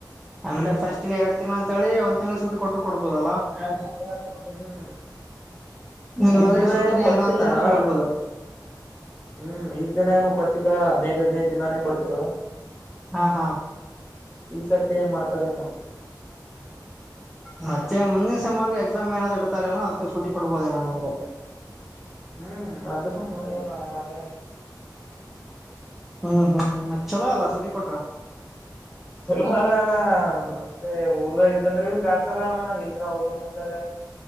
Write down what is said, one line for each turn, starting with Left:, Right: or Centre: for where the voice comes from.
Centre: ಅಂದ್ರೆ ಫಸ್ಟ್ ಎರಡ್ ತಿಂಗಳ ಅಂತಿ ಒಂದ್ ತಿಂಗಳ ಸೂಿ ಕೊಟ್ಟರು ಕೊಡ್ಬೋುದಲ್ಲಾ ಹ
Left: ಹ್ಮ್
Centre: ಇಲ್ಲಾಂದ್ರೆ
Left: ಈಸ್ ದಿನ
Centre: ಸೂಟಿನ
Left: ಏನು ಕೊಟ್ಟಿಲ್ಲಣ್ಣ
Centre: ಎಲ್ಲಾ ಅಂತ ನಂದ್ರೆ ಹೇಳ್ಬೋದು
Left: ಹ್ಮ್ ಈ್ ದಿನ ಏನನು ಕೊಟ್ಟಿಲ್ಲಾ ಹದ್ೈದ್ ಹದ್ನೈದು ದಿನನಾನೇ ಕೊಡ್ತಿರ
Centre: ಹಾ ಹಾ
Left: ಈ ಸರ್ತಿ ಏನ್ ಮಾಡ್ತಾರ ಏನು
Centre: ಮತ್ತೆ ಮುಂದಿನ ಸೆಮರ್ಗೆ ಎಸಾಮ್ ಏನಾದ್ ಇಡ್ತಾರೆೇನೋ ಅದಕ್ಕೆ ಸಟಿ ಕೊಡ್ಬೋದೇನ ನಿಮ್ಗ
Left: ಹ್ಮ್ ಆದ್ರೂ ಏನ ಅದೇ
Centre: ಹ್ಮ್ ಹ್ಮ್ ಮತ್ ಚಲೋ ಅಲ್ಲ ಸೂಟಿ ಕೊಟ್ರ.
Left: ಚಲ ಅದಣ ಅಂದ್ರೆ ಊರ್ದ ಇದ್ದಂದ್ರೆ ಬಿ ಬ್ಯಾಡ್ಸರಣ ಇಲ್ರ ಹೋಗ್ಬೇಕಂದ್ರ